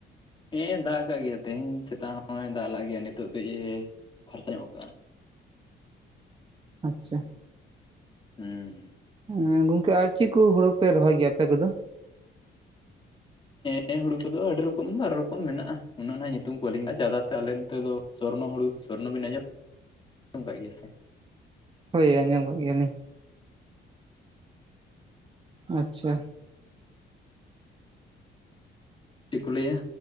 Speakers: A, on the left; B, on the right.
A: ᱦᱮᱸ ᱫᱟᱜ ᱠᱟᱜ ᱜᱮᱭᱟ ᱛᱮᱦᱤᱧ ᱥᱮᱛᱟᱜ ᱦᱚᱸᱭ ᱫᱟᱜ ᱞᱟᱜ ᱜᱮᱭᱟ ᱱᱤᱛᱳᱜ ᱠᱟᱹᱡ ᱮ ᱯᱷᱟᱨᱪᱟ ᱧᱚᱜ ᱟᱠᱟᱜᱼᱟ
B: ᱟᱪᱪᱷᱟ
A: ᱦᱮᱸ
B: ᱦᱸ ᱜᱚᱝᱠᱮ ᱟᱨ ᱪᱮᱫ ᱠᱚ ᱦᱩᱲᱩ ᱯᱮ ᱨᱚᱦᱚᱭ ᱜᱮᱭᱟ ᱟᱯᱮ ᱠᱚᱫᱚ
A: ᱦᱮᱸ ᱦᱩᱲᱩ ᱠᱚᱫᱚ ᱟᱹᱰᱤ ᱨᱚᱠᱚᱢ ᱵᱟᱨ ᱨᱚᱠᱚᱢ ᱢᱮᱱᱟᱜᱼᱟ ᱩᱱᱟᱹᱜ ᱵᱟᱦ ᱧᱩᱛᱩᱢ ᱠᱚ ᱟᱹᱞᱤᱧ ᱡᱟᱫᱟ ᱛᱮ ᱟᱞᱮ ᱱᱚᱛᱮ ᱫᱚ ᱥᱚᱨᱱᱚ ᱦᱩᱲᱩ ᱥᱚᱨᱱᱚ ᱵᱤᱱ ᱟᱸᱡᱚᱢ ᱠᱟᱜ ᱜᱮᱭᱟ ᱥᱮ
B: ᱦᱳᱭ ᱟᱸᱡᱚᱢ ᱠᱟᱜ ᱜᱮᱭᱟᱞᱤᱧ ᱟᱪᱪᱷᱟ
A: ᱪᱮᱫ ᱠᱚ ᱞᱟᱹᱭᱟ